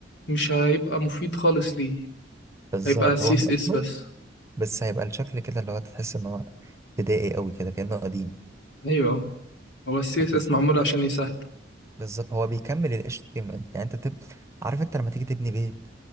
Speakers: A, on the left; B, on the right.
A: مش هيبقى مفيد خالص ليه
B: بالظبط
A: هيبقى CSS
B: هو هيبقى كويس
A: بس
B: بس هيبقى الشكل كده اللي هو تحس ان هو بدائي قوي كده كانه قديم
A: ايوه آه. هو ال CSS
B: لكن سي
A: معمول عشان يسهل
B: بالظبط هو بيكمل ال HTML يعني انت تب... عارف انت لما تيجي تبني بيت